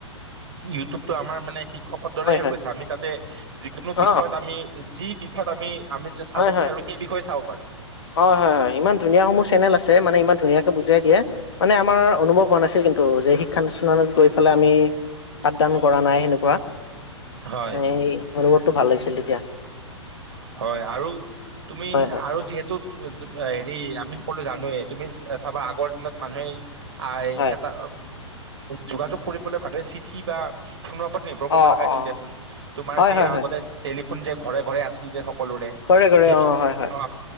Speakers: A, on the right; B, on the left.
A: ইউটিউবতো আমাৰ মানে শি শিক্ষকত দৰে
B: হয়
A: হৈ
B: হয়
A: গৈছে আমি তাতে যিকোনো
B: অ
A: বিষয়ত আমি যি বিষয়ত আমি। আমি যাছ চাব
B: হয় হয়
A: বিচাৰো সেই বিষয়ে চাব পাৰো।
B: হয় হয় হয় ইমান ধুনীয়া সমূহ চেনেল আছে মানে ইমান ধুনীয়াকে বুজিয়াই দিয়ে। মানে আমাৰ অনুভৱ হোৱা নাছিল কিন্তু যে শিক্ষানুষ্ঠানত গৈ পেলাই আমি। পাঠদান কৰা নাই সেনেকুৱা
A: হয়
B: মানে অনুভৱটো ভাল লাগিছিল তেতিয়া
A: হয় আৰু তুমি
B: হয় হয়
A: আৰু যিহেতু হেৰি আমি সকলো জানোৱেই তুমি চাবা আগৰ দিনত মানুহে আ
B: হয়
A: এটা যোগাযোগ কৰিবলে মানুহে চিঠি বা ফোনৰ ওপৰত নিৰ্ভৰ কৰিব
B: অ
A: লগা হৈছিল
B: অ
A: দিয়াচোন তোমাৰ
B: হয়
A: যি
B: হয়
A: আগতে
B: হয়
A: টেলিফোন যে ঘৰে ঘৰে আছিল যে সকলোৰে
B: কৰে কৰে
A: সেইটো
B: অ হয় হয়
A: অ